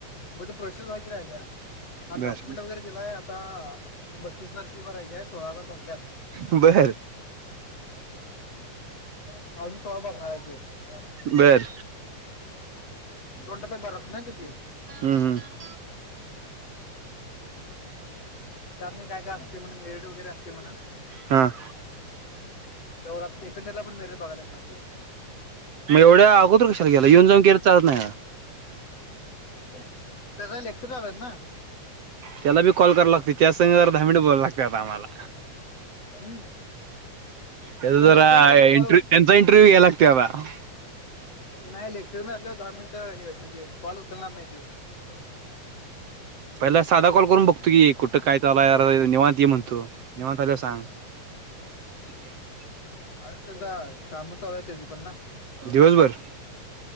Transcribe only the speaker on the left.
मग ते प्रोसेस व्हायची राहिल्या. हा
डॉक्युमेंट वगैरे दिलाय, आता एक बत्तीसजार फी भरायची आहे, सोळा हजार भरल्यात.
<unintelligible> <inaudible>
दोन <unintelligible> <inaudible>
त्या नंतर काय काय असतय, म्हण मेरिट वगैरे असते म्हण
त्या आप सेकंडरला पण मेरिट बघायला.
कसं हाय लेक्चर्स चालू हायत ना.
हम्म
पण लेक्चर मध्ये असलं कॉल
नाही लेक्चर <unintelligible> मिनट म्हणजे कॉल उचलणार नाही दे हो.
अर त्याचा, काम चालू आहे ततेजी पण ना